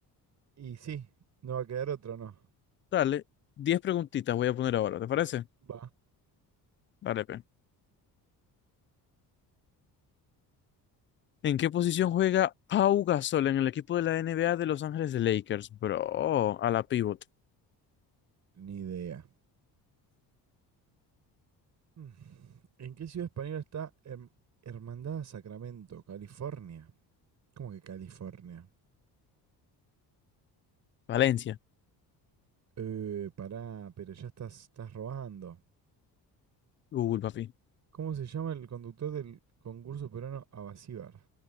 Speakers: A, on the right; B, on the left.
A: Y sí, no va a quedar otro, ¿no?
B: Dale, Diez preguntitas voy a poner ahora, ¿te parece?
A: Va.
B: Dale, pe. ¿En qué posición juega Pau Gasol en el equipo de la NBA de Los Ángeles Lakers, bro? A la pivot.
A: Ni idea. Mm. ¿En qué ciudad española está Herm- Hermandad Sacramento, California? ¿Cómo que California?
B: Valencia.
A: Eh, pará, pero ya estás, estás robando.
B: Google, papi.
A: ¿Cómo se llama el conductor del concurso peruano Abasíbar?